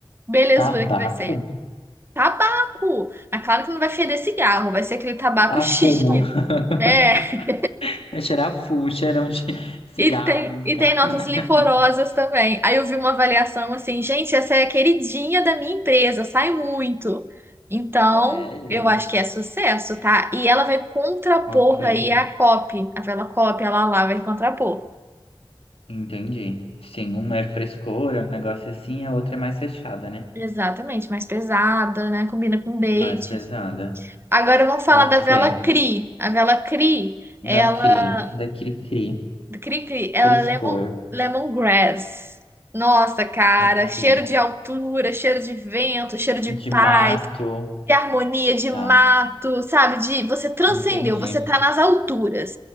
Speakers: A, on the right (about 25°); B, on the left (about 85°).
A: belezura
B: Tabaco?
A: que vai ser? Tabaco! Mas claro que não vai feder cigarro, vai ser aquele tabaco
B: Ah,
A: <laughs> chique.
B: fumo.
A: É.
B: <laughs> Vai cheirar fumo, cheirão de cigarro
A: E tem,
B: dentro de
A: e
B: casa.
A: tem notas
B: <laughs>
A: licorosas também. Aí eu vi uma avaliação assim, gente, essa é a queridinha da minha empresa, sai muito. Então,
B: Sério?
A: eu acho que é sucesso, tá? E ela vai contrapor
B: Ok.
A: aí a copy, a vela copy, ela lá vai contrapor.
B: Entendi. Sim, uma é frescura, um negócio assim, a outra é mais fechada, né?
A: Exatamente, mais pesada, né? Combina com date.
B: Mais pesada.
A: Agora vamos falar
B: Ok.
A: da vela CRI. A vela CRI,
B: Da
A: ela
B: Cri, da Cri Cri.
A: Do Cri-cri, ela
B: Frescor.
A: é lemon, lemongrass. Nossa, cara,
B: Ok.
A: cheiro de altura, cheiro de vento, cheiro de paz,
B: De mato.
A: de harmonia, de
B: Tá.
A: mato, sabe? De você transcendeu,
B: Entendi.
A: você tá nas alturas.